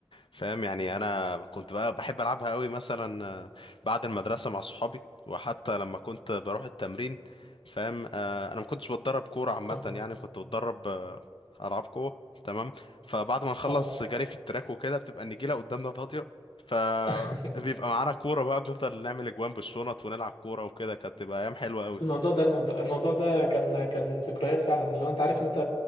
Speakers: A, on the left (about 65°); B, on the left (about 85°).
A: فاهم يعني انا كنت بقى بحب العبها قوي مثلا آه، بعد المدرسه مع صحابي وحتى لما كنت بروح التمرين فاهم آه، انا ما كنتش بتدرب كوره عامه
B: اه
A: يعني كنت بتدرب آه، العاب قوه تمام فبعد ما نخلص
B: اه
A: جري في التراك وكده بتبقى النجيله قدامنا فاضيه فبيبقى
B: <laughs>
A: معانا كوره بقى بنفضل نعمل اجوان بالشنط ونلعب كوره وكده كانت تبقى ايام حلوه قوي
B: الموضوع ده الموضوع الموضوع ده كان كان ذكريات فعلا اللي هو انت عارف انت